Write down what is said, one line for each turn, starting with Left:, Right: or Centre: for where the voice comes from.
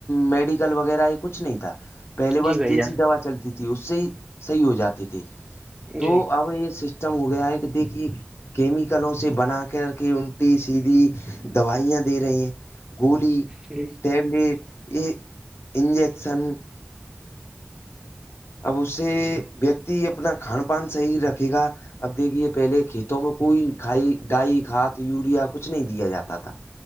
Left: میڈیکل وغیرہ یہ کچھ نہیں تھا پہلے بس
Right: جی بھائی
Left: دیسی
Right: جان
Left: دوا چلتی تھی اس سے صحیح ہو جاتے تھے تو
Right: جی
Left: اب یہ سچم ہو گیا ہے کہ دیکھیے کیمیکلوں سے بنا کر کے انٹی سیدھی دوائیاں دے رہی ہیں گولی
Right: جی
Left: ڈڈ یہ انجیکشن اب اس سے ویکتی اپنا کھان پان صحیح رکھے گا اب دیکھیے پہلے کھیتوں میں کوئی کھائی ڈائی کھاد یوریا کچھ نہیں دیا جاتا تھا